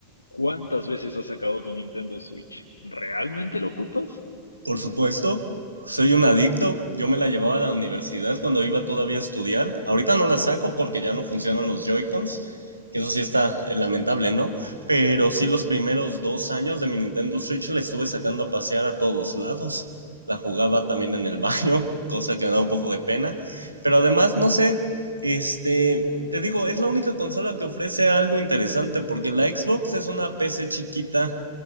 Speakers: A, on the left (about 80°); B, on the right (about 85°).
A: ¿cuántas veces has sacado tu Nintendo Switch? ¿Realmente lo ocupas?
B: Por supuesto, soy un adicto. Yo me la llevaba a la universidad cuando iba todavía a estudiar. Ahorita no la saco porque ya no funcionan los Joy-Cons. Que eso sí está eh, lamentable, ¿no? Pero sí los primeros dos años de mi Nintendo Switch la estuve sacando a pasear a todos lados. La jugaba también en el <laughs> baño, cosa que me da un poco de pena. Pero además, no sé, este, te digo, es la única consola que ofrece algo interesante porque la Xbox es una PC chiquita